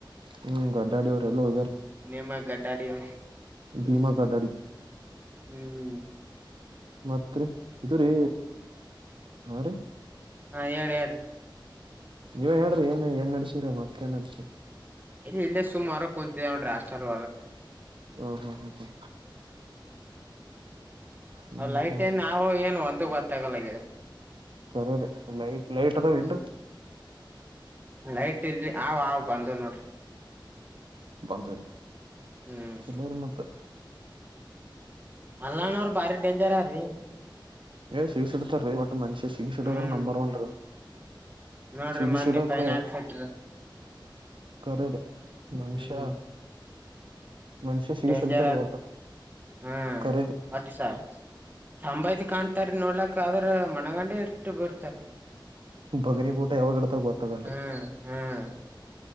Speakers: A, on the right (about 75°); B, on the right (about 20°).
A: ಹ್ಮ್ ಗಡ್ಡಾಡಿ ಅವ್ರ ಎಲ್ಲ ಹೋಗ್ಯಾರೀ
B: ನಮ ಗಡ್ಡ ಅಡಿ ಅವರು
A: ಭೀಮಾ ಕಟ್ಟಾಡಿ
B: ಹ್ಮ್ ಹ್ಮ್
A: ಮತ್ರಿ ಇದರಿೀ ಹ
B: ಹ ಎಏಡು ಎಡು
A: ನೀವೇ ಹೇಳ್ರಿ ಏನ್ ಏನ್ ನಡಸಿರಿ ಮತ್ತೇ ನಡಸಿರರಿ
B: ಇಲ್ಲಿ ಇಲ್ಲ ಸುಮಾರ ಕುನ್ಂತ್ರಸ್ಟಲ್
A: ಹ್ಮ ಹ್ಮ್ ಹ್ಮ ಹ್ಮ ಹ್ಮ್
B: ಲೈಟ್
A: ಹ್ಮ್
B: ಏನ್ ಆಗೋ ಏನು ಅಂತ ಗಲಿದೆ
A: ಕರರಿ ಲೈಟ್ ಲೈಟ್ ಅದಾವ
B: ಹ್ಮ್
A: ಇಲ್ರರಿ
B: ಲೈಟ್ ಇರ ಅವ್ ಬಂದು ನೋಡ್ರಿ
A: ಬಂಧ ರ
B: ಹ್ಮ್
A: ಚಲರು ಮತ್ತ
B: ಮಲ್ಣ ಅವ್ರ ಬಾರಿ ಡೇಂಜರ್ರ್ರೀ
A: ಏ್ ಶೀಸ್ ಎಡ್ತಾರ ರೀ ಮನುಷ್ಯ ಶಗಕ್ಷಿಡದ್ರ
B: ಹ್ಮ್
A: ನಂಬರ್ ಒನ್ ರೀ
B: ನೋಡ್ರಿ
A: ಸಿಗಸಿಡಕ
B: ಮನ್ಯ ಪನ್ ಹಾಕ್ಸಟ
A: ಕರೇರಿ ಮನುಷ್ಯ
B: ಹ್ಮ್
A: ಮನುಷ್ಯ ಸಿಗಸಿಡ್ತಾರಿ
B: ಡೇಜರ್ಸ್
A: ಒಟ್ಟ
B: ಹಾ
A: ಕರೇರಿ
B: ಅಠಸ ಸಂಭತ್ ಕಾಣ್ತಾರೀ ನೋಡ್ಲಕ್ ಆದ್ರ ಮಣಗಂಡಿ ಇಟ್ಟು ಬಿರ್ತಾರೀ
A: ಭಗನಿ ಊಟ ಯಾವಾಗ ಗಡತರ್ ಗೊತ್ತಾಗಲ್ರಿ
B: ಹ್ಮ್ ಹ್ಮ್